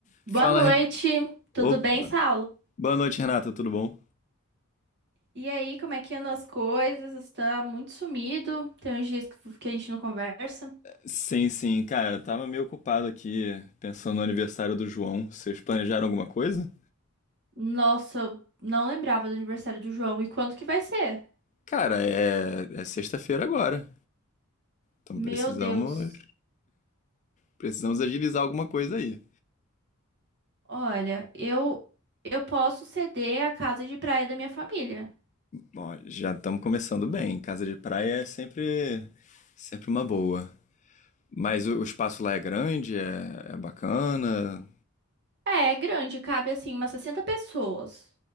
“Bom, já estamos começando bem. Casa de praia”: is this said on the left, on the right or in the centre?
Left